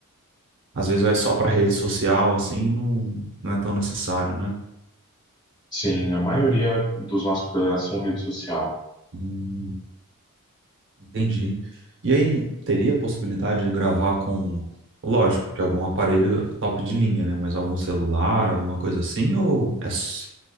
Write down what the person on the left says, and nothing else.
Sim, a maioria dos nossos projetos são rede social.